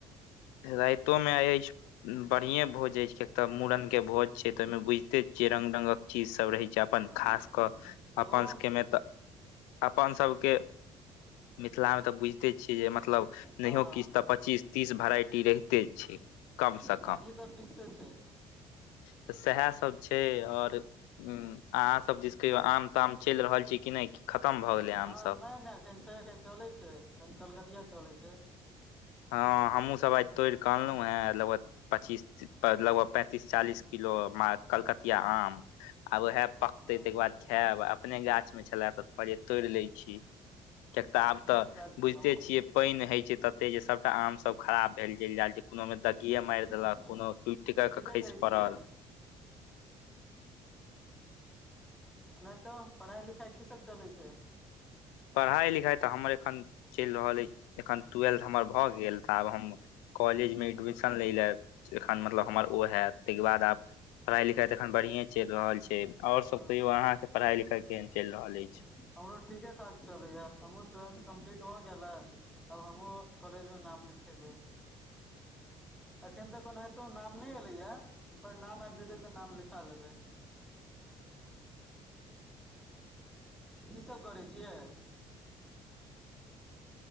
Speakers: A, on the left (about 75°); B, in the centre.
A: रातोमे आय अछि। बढ़िया भोज होय छै, एक तऽ मूड़नके भोज छै, ते ओहिमे बुझिते छिये रंग रंगक चीज सभ रहे अपन
B: हँ
A: खास कऽ
B: तऽ
A: अपनकेमे
B: ओ
A: तऽ। अपन सभके मिथिलामे तऽ बुझिते छियै जे मतलब
B: हँ
A: नहियो किछ तऽ। पच्चीस तिस वैरायटी रहतै छे, कमसँ
B: हँ
A: कम
B: ई तऽ फिक्से छै
A: तऽ सएह सभ छै, आओर ह अहाँ सभ दिस कहियौ आम ताम चलि रहल छी कि नहि। खतम भऽ
B: हँ,
A: गेलै आम सब
B: नहि नहि एखन छै, एखन चलै छै, एखन कलकतिया चलै छै।
A: हँ, हमहूँसभ आइ तोड़ कऽ अनलहुँ हे लगभग पच्चीस। लगभग पैंतीस चालिस किलो कलकतिया आम। आ उएह पकतै
B: हँ
A: ताहिकर बाद खायब, अपने गाछमे छलए तइरे तोड़ि लै छी। कियाकि तऽ आब तऽ
B: नीक काज केलहुँ
A: बुझिते छियै पानि होइ छै। तऽ जे सभटा आम सभ खराब भेल जल जाय छै, कोनो ओमे दगी मारि
B: हूँ हूँ
A: देलक कोनो। टुटि-टिका
B: ठीके
A: कऽ खसि
B: कहै छियै
A: पड़ल।
B: नहि तो पढ़ाई लिखाई की सब चलै छै
A: पढ़ाइ लिखाइ तऽ हमर एखन चलि रहल अछि एखन ट्वेल्थ हमर भऽ गेल तऽ आब हम कॉलेजमे एडमिशन लै ले एखन मतलब हमर ओ हैत ताहिके बाद आब पढ़ाई लिखाई तऽ अखन बढ़िये चलि रहल छै और
B: हँ
A: सब कहियो अहा के पढ़ाई लिखाई केहन चलि रहल अछि
B: हमरो ठीके ठाक चलैए हमहूँ ट्वेल्थ कम्प्लीट भऽ गेलै अब हमहुँ कॉलेज मे नाम लिखेबै अखन तक ओनाहितो नाम नहि एले या पर नाम आबि जेते तऽ नाम लिखा लेबै की सब करै छियैे